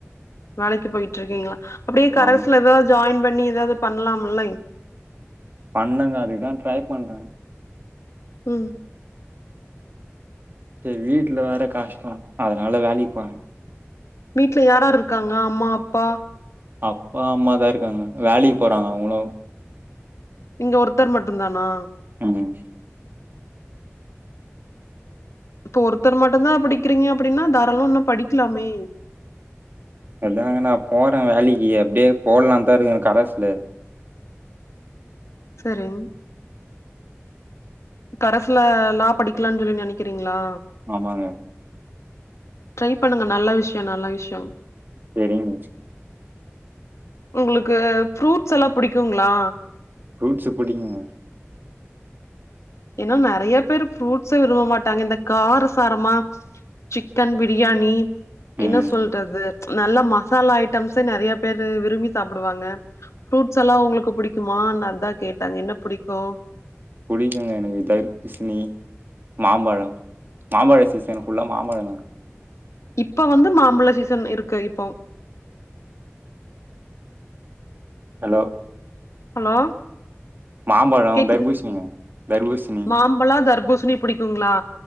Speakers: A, on the left; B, on the right.
A: வேலைக்கு போயிட்டு இருக்கீங்களா அப்டியே கரஸ்ல
B: ஆமா
A: ஏதாவது ஜாயிண் பண்ணி ஏதாவது பண்ணலாம் லைங்
B: பண்ணங்க அதுக்குதா ட்ரை பண்றே
A: ம்
B: சே வீட்ல வேற கஷ்ட அதனால வேலைக்கு போறே
A: வீட்ல யாராரு இருக்காங்க அம்மா அப்பா
B: அப்பா அம்மாதா இருக்காங்க வேலைக்கு போறாங்க அவுங்களு
A: நீங்க ஒருத்தர் மட்டுந்தானா
B: ஆமாங்
A: இப்ப ஒருத்தரு மட்டுந்தா படிக்கிறீங்க அப்டினா தாராளம் இன்னு படிக்லாமே
B: அதாங்க நா போறே வேலைக்கி அப்டியே போடலா தா இருக்கே கரஸ்ல
A: சரிங் கரசுல லா படிக்லானு சொல்லி நினக்கிறீங்ளா
B: ஆமாங்க
A: ட்ரை பண்ணுங்க நல்ல விஷய நல்ல விஷய
B: சேரிங்
A: உங்களுக்கு ஃப்ரூட்ஸ் எல்லா புடிக்குங்ளா
B: ஃப்ரூட்ஸு புடிங்குங்க
A: ஏனா நெறய பேரு ஃபுரூட்சு விரும்ப மாட்டாங்க இந்த கார சாரமா சிக்கன் பிரியாணி
B: ம்
A: என்ன சொல்றது நல்லா மசாலா ஐட்டம்சு நெறய பேரு விரும்பி சாப்டுவாங்க ஃபுரூட்ஸ் எல்லா உங்களுக்கு புடிக்குமானு அதா கேட்டேங் என்ன புடிக்கு
B: புடிக்குங்க எனக்கு தர்பூசணி மாம்பழம் மாம்பழ சீசன் ஃபுல்லா மாம்பழந்தா
A: இப்ப வந்து மாம்பழ சீசன் இருக்கு இப்போ
B: ஹலோ
A: ஹலோ
B: மாம்பழோ
A: கேக்குது
B: தர்பூசணிங்க தர்பூசணி
A: மாம்பழ தர்பூசணி புடிக்குங்ளா